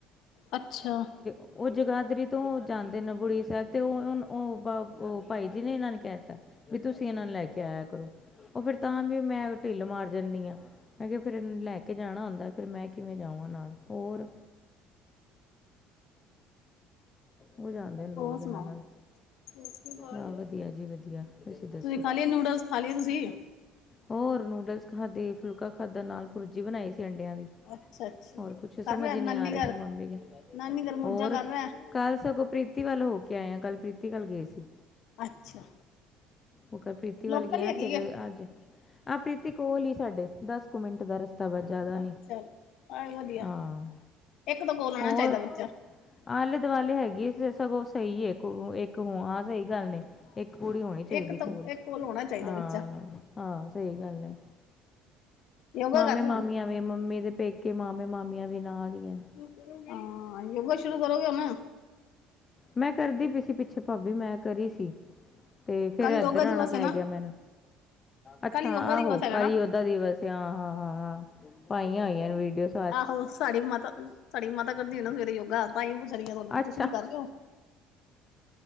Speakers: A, on the left; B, on the left.
A: ਅੱਛਾ
B: ਉਹ ਜਗਾਦਰੀ ਤੋਂ ਜਾਂਦੇ ਨੇ ਬੁੜੀ ਸਾਹਿਬ ਤੇ ਉਹ ਉਹ ਭਾਈ ਜੀ ਨੇ ਇਹਨਾਂ ਨੇ ਕਹਿ ਦਿੱਤਾ ਵੀ ਤੁਸੀਂ ਇਹਨਾਂ ਨੂੰ ਲੈ ਕੇ ਆਇਆ ਕਰੋ ਉਹ ਫੇਰ ਤਾਂ ਵੀ ਮੈਂ ਢਿੱਲ ਮਾਰ ਜਾਂਦੀ ਆ ਮੈਂ ਕਿਹਾ ਫਿਰ ਲੈ ਕੇ ਜਾਣਾ ਹੁੰਦਾ ਫਿਰ ਮੈਂ ਕਿਵੇਂ ਜਾਵਾਂ ਨਾਲ ਹੋਰ ਉਹ ਜਾਂਦੇ ਨੇ ਰੋਜ
A: ਹੋਰ ਸੁਣਾਓ
B: ਇਹਨਾਂ ਨਾਲ
A: ਰੋਟੀ ਖਾ ਲਈ?
B: ਆਹ ਵਧੀਆ ਜੀ ਵਧੀਆ ਤੁਸੀਂ ਦੱਸੋ
A: ਖਾ ਲਈਏ ਨੂਡਲਸ ਖਾ ਲਈਏ ਤੁਸੀਂ
B: ਹੋਰ ਨੂਡਲਸ ਖਾਧੇ ਫੁਲਕਾ ਖਾਧਾ ਪੁਰਜੀ ਬਣਾਈ ਸੀ ਅੰਡਿਆਂ ਦੀ
A: ਅੱਛਾ ਅੱਛਾ
B: ਹੋਰ ਕੁਛ
A: ਕਰ
B: ਸਮਝ
A: ਰਿਹਾ
B: ਨੀ
A: ਨਾਨੀ
B: ਆ ਰਹੇ
A: ਘਰ
B: ਸੀ ਮੰਮੀ ਕੇ
A: ਨਾਨੀ ਘਰ ਮੌਜਾਂ
B: ਹੋਰ
A: ਕਰ ਰਿਹਾ
B: ਕੱਲ ਸਗੋਂ ਪ੍ਰੀਤੀ ਵੱਲ ਹੋ ਕੇ ਆਏਆ ਕੱਲ ਪ੍ਰੀਤੀ ਵੱਲ ਗਏ ਸੀ।
A: ਅੱਛਾ
B: ਉਹ ਕਲ ਪ੍ਰੀਤੀ ਵੱਲ
A: ਲੋਕਲ
B: ਗਿਆ
A: ਹੀ ਹੈਗੀ
B: ਫਿਰ
A: ਆ
B: ਅੱਜ ਆਹ ਪ੍ਰੀਤੀ ਕੋਲ ਹੀ ਸਾਡੇ ਦਸ ਕੁ ਮਿੰਟ ਦਾ ਰਸਤਾ ਵ ਜਾਦਾ
A: ਚਲੋ
B: ਨੀ
A: ਆਹ ਵਧੀਆ
B: ਹਾਂ
A: ਇੱਕ ਤਾਂ ਕੋਲ ਆਉਣਾ
B: ਹੋਰ
A: ਚਾਹੀਦਾ ਬੱਚਾ
B: ਆਲੇ ਦੁਆਲੇ ਹੈਗੀ ਸਗੋਂ ਸਹੀ ਐ ਕੋ ਇ ਹਾਂ ਸਹੀ ਗੱਲ ਨੇ ਇੱਕ ਕੁੜੀ ਹੋਣੀ ਚਾਹੀਦੀ
A: ਇੱਕ
B: ਕੋਲ
A: ਤੋਂ ਇੱਕ ਹੋਣਾ ਚਾਹੀਦਾ
B: ਹਾਂ।
A: ਬੱਚਾ
B: ਹਾਂ ਸਹੀ ਗੱਲ ਏ।
A: ਯੋਗਾ
B: ਮਾਮੇ-ਮਾਮੀਆਂ
A: ਕਰ ਰਹੇ ਹੁਣ
B: ਵੀ ਮੰ ਦੇ ਪੇਕੇ, ਮਾਮੇ- ਮਾਮੀਆਂ ਵੀ ਨਾਲ ਹੀ ਐਨ।
A: ਹਾਂ ਸ਼ੁਰੂ ਕਰੋਗੇ ਹੁਣ
B: ਮੈਂ ਕਰਦੀ ਪਈ ਸੀ ਪਿੱਛੇ ਭਾਬੀ ਮੈਂ ਘਰ ਹੀ ਸੀ। ਤੇ ਫਿਰ
A: ਕੱਲ ਯੋਗਾ
B: ਇਧਰ
A: ਦਿਵਸ
B: ਆਉਣਾ ਪੈ
A: ਹੈ ਨਾ
B: ਗਿਆ ਮੈਨੂੰ ਅੱਛਾ,
A: ਕੱਲ ਯੋਗਾ
B: ਆਹੋ
A: ਦਿਵਸ ਹੈਗਾ
B: ਕਈ
A: ਨਾ
B: ਓ ਦਿਵਸ ਹਾਂ-ਹਾਂ ਹਾਂ-ਹਾਂ ਪਾਈਆਂ ਹੋਈਆਂ ਵੀਡੀਓਸ।
A: ਆਹੋ ਸਾਡੀ ਮਾਤਾ ਸਾਡੀ ਮਾਤਾ ਕਰਦੀ ਨਾ ਸਵੇਰੇ ਯੋਗਾ ਤਾਂ ਹੀ ਪੁੱਛ ਰਹੀ ਹਾਂ ਤੁਹਾਨੂੰ
B: ਅੱਛਾ
A: ਤੁਸੀਂ ਵੀ ਕਰ ਰਹੇ ਹੋ।